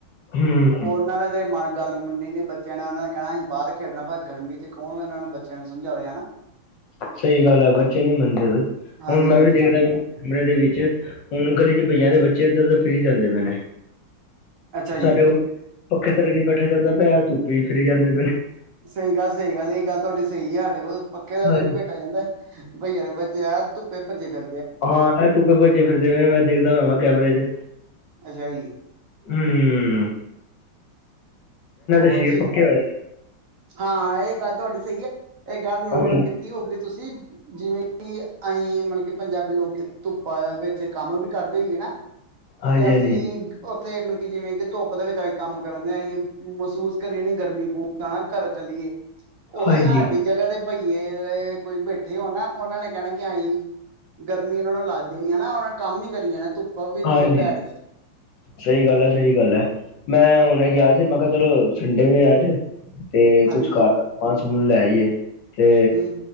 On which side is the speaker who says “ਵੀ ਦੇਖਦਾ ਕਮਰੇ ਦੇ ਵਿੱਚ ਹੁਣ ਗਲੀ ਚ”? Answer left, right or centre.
Left